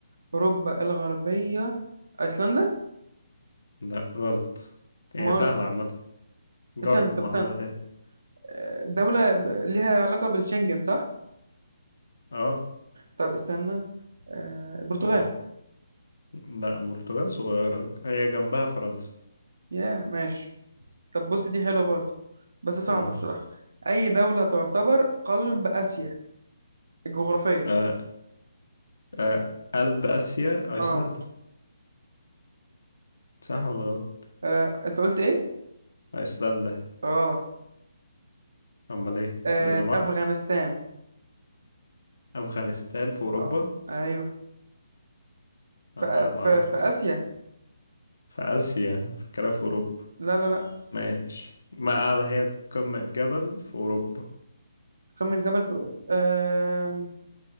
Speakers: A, on the right; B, on the left.
A: اوروبا الغربية ايسلندا
B: لا غلط هي
A: مال
B: سهلة عامة جرب
A: استنى
B: محاولة
A: طب استنى
B: تاني
A: آه، دولة ب- ليها علاقة بالشنجن صح
B: اه
A: طب استنى آه البرتغال
B: آه. لا البرتغال صغيرة هي جنبها فرنسا
A: يا ماشي طب بص دي حلوة برضو بس صعبة
B: مم.
A: بصراحة أي دولة تعتبر قلب آسيا الجغرافية
B: آه، آه، قلب آسيا أيسلندا
A: اه,
B: صح ولا غلط؟
A: آه. أنت قلت إيه؟
B: أيسلندا
A: غلط
B: أمال إيه؟
A: آه.
B: دنمارك
A: أفغانستان
B: أفغانستان في أوروبا
A: اه أيوه
B: أنا
A: في
B: ما
A: في
B: أعرفش
A: في آسيا
B: أصلا في آسيا فاكرها في أوروبا
A: لا لا لا
B: ماشي ما أعلى هي قمة جبل في أوروبا
A: قمة جبل في آه.